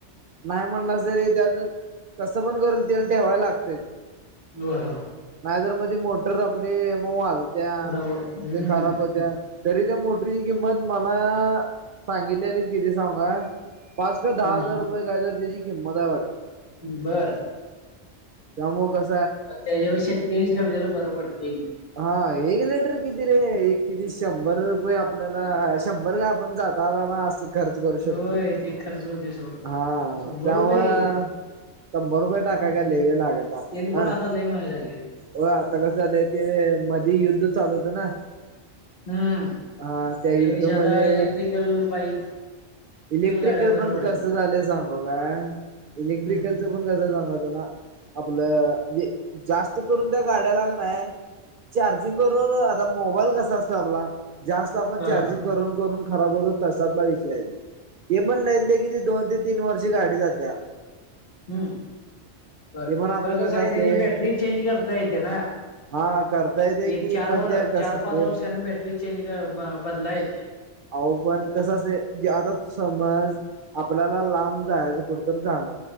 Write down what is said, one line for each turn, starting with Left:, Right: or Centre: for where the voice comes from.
Right: नाही म्हणलास तरी त्यात कसं पण करून तेल ठेवायला लागतय.
Left: हा हा.
Right: नाहीतर मध्ये मोटर आपली मग वाजत्या,
Left: खराब हम्म
Right: म्हणजे खराब होत्या. तरी त्या मोटरीची किंमत मला सांगितल्यालीत किती सांगू काय? - पाच काय दहा
Left: हम्म
Right: हजार रुपये काय तर त्याची किंमत आहे वाटत.
Left: बरं.
Right: त्यामुळ कस
Left: मग त्याच्याविेषयी तेल ठेवलेला बरं पडते.
Right: हा एक लिपर किती रे एक किती शंभर रुपये आपल्याला शंभर काय आपण जात आता म खर्च करू शकते,
Left: होय ते खर्च होतोय सोड
Right: हा
Left: शंभर
Right: त्यामुं
Left: रुपये
Right: शंभर रुपये टाका
Left: हम्म
Right: काय लय वेळ लागत नाही आपल्या
Left: तेल पण
Right: होय
Left: आता
Right: ना.
Left: लय महाग झालय.
Right: होय आता कसं झालंय ते मधी युद्ध चालू होतं ना.
Left: हम्म,
Right: हा त्या
Left: त्यापेक्षा
Right: युद्धामध्ये
Left: आता इलेक्ट्रिकल बाईक.
Right: इलेक्ट्रिकल
Left: गाड्या बर
Right: पण
Left: पडतात.
Right: कसं झालंय सांगू का इलेक्ट्रिकल
Left: हम्म
Right: पण कस सांगाच तुला आपलं जास्त करून त्या गाड्याला क नाय चार्जिंग करून आता मोबाईल कसा असतोय आपला जास्त आपण
Left: हा
Right: चार्जिंग करून करून खराब होतो तश्यातला विषय त्यो तेपण लईत लई किती दोन ते तीन वर्ष गाडी जात्या.
Left: हम्म. बर,
Right: ते पण आपलं
Left: खरं कसं आहे
Right: असते
Left: त्याची बॅटरी चेंज करता येते ना.
Right: हा
Left: <inaudible>
Right: करता येते
Left: एक
Right: की
Left: चार
Right: पण
Left: व,
Right: त्या कसं
Left: चार-पाच
Right: असते
Left: वर्षांनी बॅटरी चेंज बदलाय येते.
Right: अहो पण कस असंतय ज्या आता समज आपल्याला लांब जायचं कुठ तर झालं.